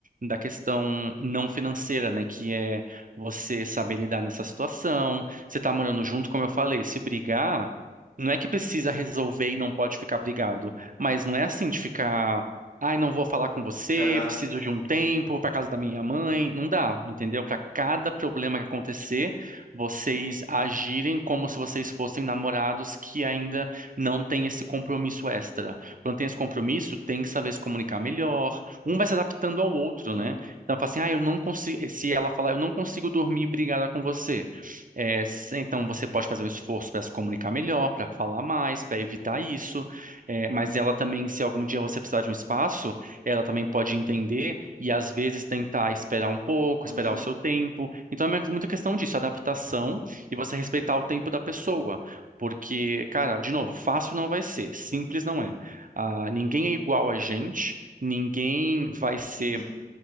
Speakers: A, on the right (about 55°); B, on the left (about 60°).
A: da questão não financeira, né? Que é você saber lidar nessa situação. Você tá morando junto, como eu falei, se brigar, não é que precisa resolver e não pode ficar brigado. Mas não é assim de ficar, ai, não vou falar com você,
B: Aham.
A: preciso de um tempo para casa da minha mãe. Não dá, entendeu? Para cada problema que acontecer, vocês agirem como se vocês fossem namorados que ainda não têm esse compromisso extra. Quando tem esse compromisso, tem que saber se comunicar melhor. Um vai se adaptando ao outro,
B: Uhum,
A: né? Então, fala assim, ah, eu não consigo. Se ela falar, eu não consigo dormir brigada com você. É, se- então, você pode fazer um esforço para se comunicar melhor, para falar mais, para evitar isso. É, mas ela também, se algum dia você precisar de um espaço, ela também pode entender e às vezes tentar esperar um pouco,
B: uhum,
A: esperar o seu tempo. Então é muita questão disso, adaptação e você respeitar o tempo da pessoa. Porque, cara, de novo, fácil não vai ser, simples não é. Ah, ninguém é igual a gente, ninguém vai ser
B: uhum,